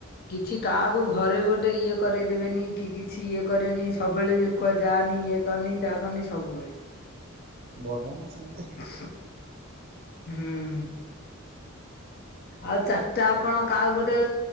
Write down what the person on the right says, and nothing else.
ବଢିଆ ନା ସେମିତି।